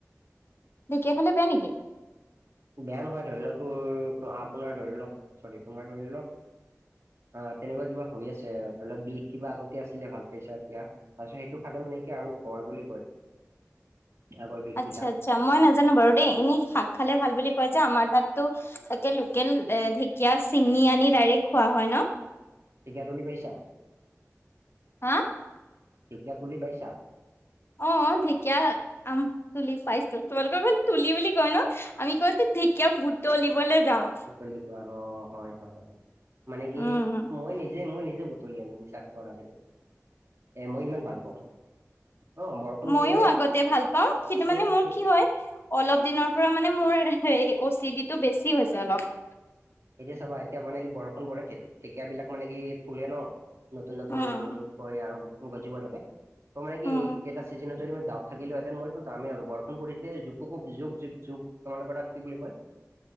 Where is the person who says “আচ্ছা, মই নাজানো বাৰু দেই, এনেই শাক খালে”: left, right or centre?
Left